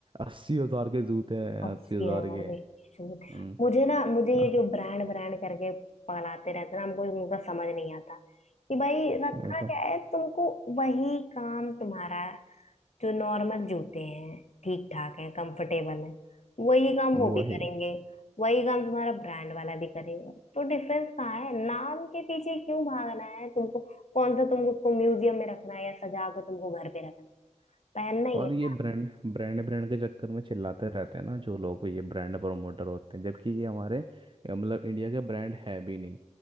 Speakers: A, on the right; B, on the left.
A: अस्सी हजार के जूते हैं
B: अस्सी
A: अस्सी हजार
B: हजार
A: के
B: के शुरू-
A: हम्म
B: मुझे ना मुझे
A: हाँ,
B: ये जो ब्रांड ब्रांड करके पगलाते रहते ना हमको उनका समझ नहीं आता कि भाई रखा
A: वही तो
B: क्या है तुमको वही काम तुम्हारा जो नॉर्मल जूते हैं ठीक ठाक हैं कंफर्टेबल हैं वही काम
A: वही
B: वो भी करेंगे वही काम तुम्हारा ब्रांड वाला भी करेगा तो डिफरेंस कहाँ है नाम के पीछे क्यों भागना है तुमको कौन सा तुमको उसको म्यूजियम में रखना है या सजा के तुमको घर पे रखना है? पहनना ही
A: और
B: है ना
A: ये ब्रांड ब्रांड ब्रांड के चक्कर में चिल्लाते रहते हैं ना जो लोग ये ब्रांड प्रमोटर होते हैं जबकि ये हमारे अ, मतलब इंडिया का ब्रांड है भी नहीं